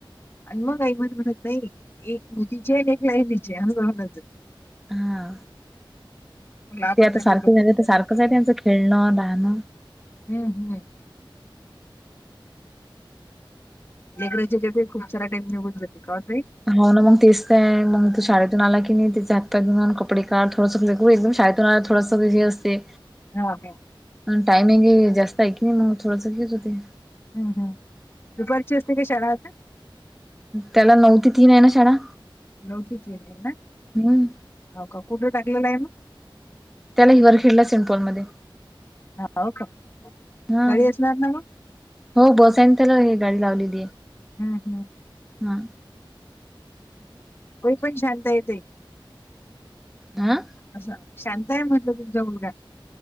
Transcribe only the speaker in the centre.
हा
ते आता
सारखे
झाले तर सारखंच
आहे त्यांचं खेळणं, न्हाण.
हा ना मग तेच आहे मग तू शाळेतून आला की नाही त्याचे हातपाय धुन कपडे काढ थोडंस एकदम शाळेत तर थोडासा हे असते
आणि टाईम हाय की जास्त आहे की नाही मग थोडंस हेच होते.
त्याला नव ते तीन आहे ना शाळा
हम्म
त्याला हिवर खिडला सिमपोलमध्ये
हा
हो बस आहे ना त्याला हे गाडी लावलेली.
हा
हा अ